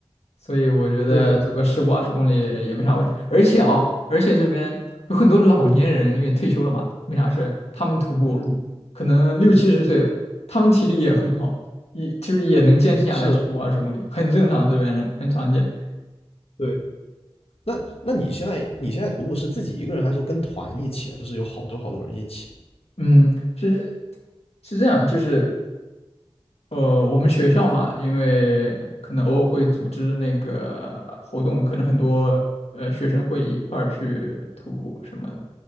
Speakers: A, on the left; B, on the left.
A: 所以我觉得走个十五二十公里也没啥问题。
B: 对，
A: 而且啊，而且这边有很多老年人，因为退休了嘛，没啥事，他们徒步
B: 嗯，
A: 可能六七十岁，他们体力也很好，也就是也能坚持下来十五二十公里，
B: 是的，
A: 很正常，这边人很常见。
B: 对。那那你现在你现在徒步是自己一个人，还是说跟团一起啊？就是有好多好多人一起
A: 嗯，是是这样，就是呃，我们学校嘛，因为可能偶尔会组织那个活动，可能很多呃学生会一块儿去徒步什么的。